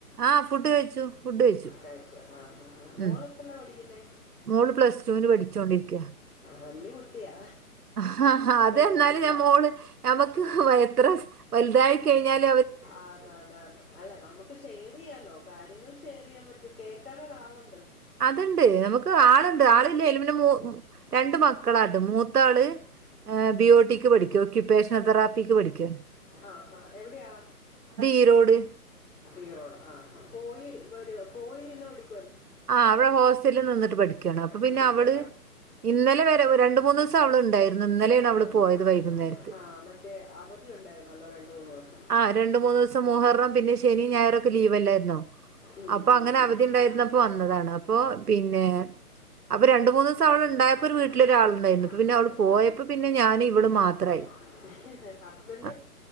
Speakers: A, on the right (about 75°); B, on the left (about 75°).
A: ആ ഫുഡ് കഴിച്ചു ഫുഡ് കഴിച്ചു
B: കാഴ്ചു ആ മോള്
A: ഉം
B: എത്രല്ലാ പഠിക്കുന്നേ?
A: മോള് പ്ലസ് ടുവിന് പഠിച്ചോണ്ടിരിക്ക.
B: വല്യ കുട്ടിയാ.
A: ഹഹ
B: അയ്യോ,
A: അത് എന്നാല്
B: കാ-
A: ഞമ്മോള് ഞമ്മക്ക് എത്ര വലുതായി കഴിഞ്ഞാല
B: ആന്ന് ആന്ന് ആന്ന് അല്ല നമുക്ക് ഷെയർ ചെയ്യാലോ. കാര്യങ്ങൾ ഷെയർ അറിയാൻ പറ്റും കേൾക്കാനൊരു ആള്
A: അത്ണ്ട് നമുക്ക് ആളുണ്ട് ആളില്ല എലമെ മൂ രണ്ട് മ ക്കളാട്ട് മൂത്താള് ബിയോട്ടിക്ക് പഠിക്ക. ക്യുപ്പേഷണൽ തെറാപ്പിക്ക്. പഠിക്കുവ
B: ആഹഹ എവിടെയാ?
A: ഈരോട്
B: ഇറോട് ആ പോയി വരോ പോയി നിന്ന് പഠി
A: ആ അവടെ ഹോസ്റ്റലിൽ നിന്നിട്ട് പഠിക്കയാണ്. അപ്പൊ പിന്നെ
B: പഠിക്കുക
A: അവള് ഇന്നലെ രണ്ട് മൂന്ന് ദിവം അവള് ഉണ്ടായിരു. ന്നലെയാണ്
B: ആ ഉണ്ട്.
A: പോയത് വൈകുന്നരം. ത്ത്
B: ആ മറ്റേ അവധി ഉണ്ടായിരുന്നല്ലോ രണ്ട് മൂന്ന് ദിവസം
A: ആ രണ്ട് മൂന്ന്. ന്നു ദിവസം മുഹറം പിന്നേ ശനി ഞായറൊക്കെ ലീവല്ലായിര്ന്നോ
B: ഉം,
A: അപ്പോ
B: ഉം,
A: അങ്ങനെ
B: ഉം.
A: അവധിണ്ടായിര്ന്ന
B: അങ്ങനെ
A: യിരുന്നപ്പോ താണ് അപ്പൊ പിന്നെ അപ്പൊ രണ്ട് മൂന്നൂസം അവൾ
B: മൂന്ന്
A: ഇണ്ടായപ്പോ
B: തവണ
A: ഒരു
B: ഉണ്ടായിരുന്നു
A: വീട്ടിലൊരാള്ണ്ടായിന്നു
B: വെച്ചിട്ട് ആൾക്ക്
A: അപ്പ പിന്നെ അവള് പോയപ്പോ
B: ആയി.
A: പിന്നെ ഞാനിവളും
B: പോയി. ഞാനിവിടെ
A: മാത്രായി.
B: വാങ്ങി. ഹസ്ബൻഡ്
A: അഹ്